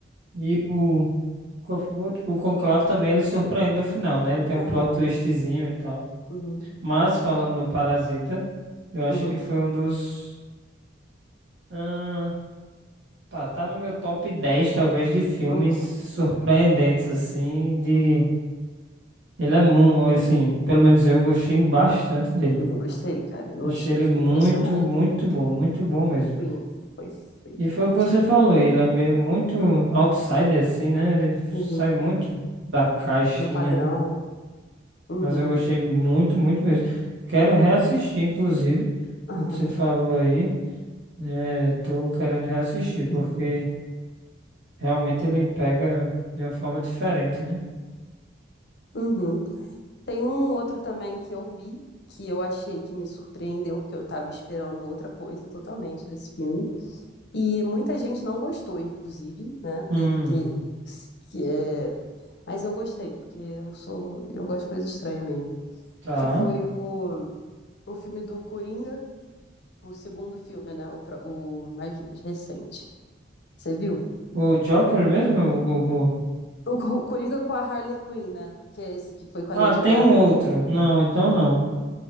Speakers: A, on the right (about 75°); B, on the left (about 60°).
A: E o, qual foi o outro? O Conclave também, ele surpreende no final, né? Ele tem
B: Aham,
A: um plot twistzinho e tal.
B: uhum,
A: Mas, falando do Parasita, eu acho
B: uhum,
A: que foi um dos... ah, tá, tá no meu top 10 talvez, de filmes
B: uhum,
A: surpreendentes, assim, de...
B: uhum.
A: Ele é muito, assim, pelo menos eu gostei bastante dele,
B: Eu
A: pô.
B: gostei, cara. Eu
A: Achei
B: achei,
A: ele
B: fiquei
A: muito,
B: impressionado
A: muito bom, muito bom mesmo.
B: Foi, foi, foi
A: E foi
B: forte,
A: o que você
B: né?
A: falou, ele é meio muito outsider, assim, né? Ele
B: Uhum.
A: sai muito da caixinha,
B: Do padrão,
A: né?
B: né? Uhum,
A: Mas eu gostei muito, muito mesmo. Quero reassistir, inclusive,
B: aham.
A: o que você falou aí. É, tô querendo reassistir,
B: Uhum.
A: porque realmente ele pega de uma forma diferente, né?
B: uhum. Tem um outro também que eu vi, que eu achei que me surpreendeu, porque eu tava esperando outra coisa totalmente desse filme. E muita gente não gostou, inclusive, né, dele
A: Hum,
B: ter. Que é, Mas eu gostei, porque eu sou, eu gosto de coisa estranha mesmo.
A: tá.
B: Que foi o, o filme do Coringa, o segundo filme, né? O, o mais recente. Você viu?
A: O Joker mesmo, o, o- o-
B: O Co- Coringa com a Harley Quinn, né? Que é esse que foi com
A: Ah,
B: a Lady
A: tem
B: Gaga.
A: um outro. Não, então não.